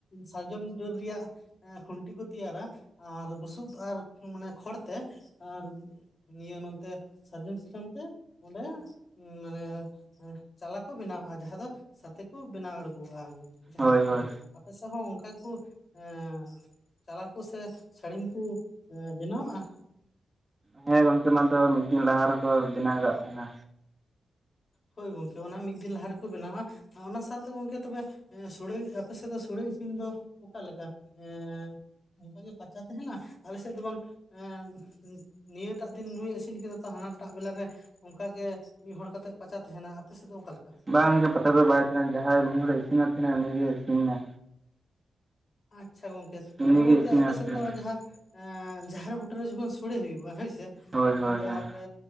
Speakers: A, on the left (about 50°); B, on the right (about 20°).
A: ᱥᱟᱨᱡᱚᱢ ᱰᱟᱹᱨ ᱨᱮᱭᱟᱜ ᱮᱸ ᱠᱷᱩᱱ ᱴᱤ ᱠᱚ ᱛᱮᱭᱟᱨᱟ ᱟᱨ ᱵᱩᱥᱩᱵ ᱟᱨ ᱢᱟᱱᱮ ᱠᱷᱚᱲᱛᱮ ᱟᱨ ᱱᱤᱭᱟᱹ ᱱᱚᱛᱮ ᱥᱟᱨᱡᱚᱢ ᱥᱟᱠᱟᱢᱛᱮ ᱚᱸᱰᱮ ᱢᱟᱱᱮ ᱮᱸ, ᱪᱟᱞᱟ ᱠᱚ ᱵᱮᱱᱟᱣᱟᱜ-ᱟ ᱡᱟᱦᱟᱸ ᱫᱚ ᱥᱟᱛᱮ ᱠᱚ ᱵᱮᱱᱟᱣ ᱟᱬᱜᱚᱣᱟᱜ-ᱟ᱾ ᱡᱟᱦᱮᱨ
B: ᱦᱳᱭ
A: ᱵᱩᱴᱟᱹ
B: ᱦᱳᱭ
A: ᱨᱮ, ᱟᱯᱮ ᱥᱮᱬ ᱦᱚᱸ ᱚᱱᱠᱟ ᱜᱮ ᱠᱚ ᱮᱸ ᱪᱟᱞᱟᱜ-ᱟᱠᱚ ᱥᱮ ᱥᱟᱹᱲᱤᱢ ᱠᱩ ᱮ ᱵᱮᱱᱟᱣᱟᱜ-ᱟ?
B: ᱦᱮᱸ ᱜᱚᱝᱠᱮ ᱱᱚᱣᱟ ᱫᱚ ᱢᱤᱫ ᱫᱤᱱ ᱞᱟᱦᱟ ᱨᱮᱠᱚ ᱵᱮᱱᱟᱣ ᱠᱟᱜ ᱛᱟᱸᱦᱮᱱᱟ᱾
A: ᱦᱳᱭ ᱜᱚᱝᱠᱮ ᱚᱱᱟ ᱢᱤᱫ ᱫᱤᱱ ᱞᱟᱦᱟ ᱨᱮᱠᱚ ᱵᱮᱱᱟᱣᱟ᱾ ᱟ ᱚᱱᱟ ᱥᱟᱶᱛᱮ ᱜᱚᱝᱠᱮ ᱛᱚᱵᱮ ᱮᱸ ᱥᱚᱲᱮ ᱟᱻ ᱟᱯᱮ ᱥᱮ ᱫᱚ ᱥᱚᱲᱮ ᱤᱥᱤᱱ ᱫᱚ ᱚᱠᱟ ᱞᱮᱠᱟ ᱮᱸ ᱚᱝᱠᱟ ᱜᱮ ᱯᱟᱪᱟ ᱛᱟᱦᱮᱱᱟ? ᱟᱞᱮ ᱥᱮᱜ ᱫᱚᱵᱚᱱ ᱮᱸᱫ ᱱᱤᱭᱟᱹᱴᱟᱜ ᱫᱤᱱ ᱱᱩᱭᱮ ᱤᱥᱤᱱ ᱠᱮᱫᱟ ᱛᱚ ᱦᱟᱱᱟᱴᱟᱜ ᱵᱮᱞᱟ‌ ᱨᱮ ᱚᱝᱠᱟ ᱜᱮ ᱢᱤᱫ ᱦᱚᱲ ᱠᱟᱛᱮᱜ ᱯᱟᱪᱟ ᱛᱟᱦᱮᱱᱟ᱾ ᱟᱯᱮ ᱥᱮᱜ ᱫᱚ ᱚᱠᱟ ᱞᱮᱠᱟ?
B: ᱵᱟᱝ ᱜᱮ ᱯᱟᱪᱟ ᱫᱚ ᱵᱟᱭ ᱛᱟᱦᱮᱱᱟ ᱡᱟᱦᱟᱸᱭ ᱢᱤᱫ ᱦᱚᱲᱮ ᱤᱥᱤᱱ ᱛᱟᱦᱮᱱᱟ ᱩᱱᱤ ᱜᱮᱭ ᱤᱥᱤᱱᱟ᱾
A: ᱟᱪᱪᱷᱟ ᱜᱚᱝᱠᱮ
B: ᱩᱱᱤᱜᱮ
A: ᱛᱚᱵᱮ ᱜᱚᱝᱠᱮ
B: ᱤᱥᱤᱱᱮᱫ
A: ᱟᱯᱮ ᱥᱮᱜ
B: ᱛᱟᱦᱮᱱᱟ
A: ᱫᱚ ᱡᱟᱦᱟᱸ ᱮᱸ ᱡᱟᱦᱮᱨ ᱵᱩᱴᱟᱹ ᱨᱮ ᱡᱚᱠᱷᱚᱱ ᱥᱚᱲᱮ ᱦᱩᱭᱩᱜ-ᱟ, ᱦᱚᱭᱥ᱾ ᱛᱮ,
B: ᱦᱳᱭ
A: ᱛᱚᱠᱷᱚᱱ
B: ᱦᱳᱭ
A: ᱫᱚ
B: ᱦᱮᱸ
A: ᱟᱯᱮ